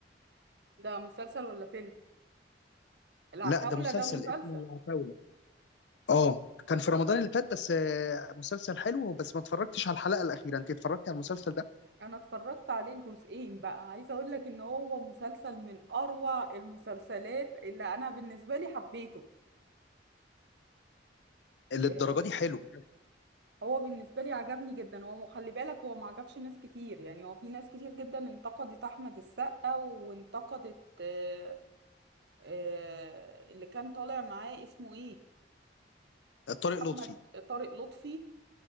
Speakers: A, on the right (about 65°); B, on the left (about 70°).
A: ده مسلسل ولا فيلم العتاولة
B: لا ده مسلسل
A: ده مسلسل
B: اسمه العتاولة اه كان في رمضان اللي فات بس آه، مسلسل حلو بس ما اتفرجتش على الحلقة الأخيرة انت اتفرجتي على المسلسل ده
A: انا اتفرجت عليه الجزئين بقى عايزة اقول لك ان هو مسلسل من اروع المسلسلات اللي انا بالنسبة لي حبيته
B: اللي
A: آه،
B: الدرجة دي حلو
A: هو بالنسبة لي عجبني جدا هو خلي بالك هو ما عجبش ناس كتير يعني هو في ناس كتير جدا انتقدت أحمد السقا وانتقدت آه، آه، اللي كان طالع معاه اسمه ايه
B: طارق
A: أحمد
B: لطفي
A: طارق لطفي